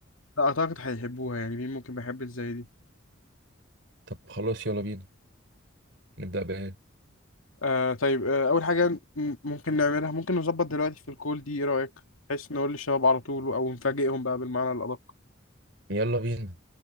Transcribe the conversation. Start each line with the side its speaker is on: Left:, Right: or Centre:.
Left: لا أعتقد هيحبوها يعني مين ممكن ما يحبش زي دي
Right: طب خلاص يلا بينا نبدا بايه
Left: آه طيب آه أول حاجة م- ممكن نعملها ممكن نظبط دلوقتي في الكول دي إيه رأيك؟ بحيث نقول للشباب على طول أو نفاجئهم بقى بالمعنى الأدق
Right: يلا بينا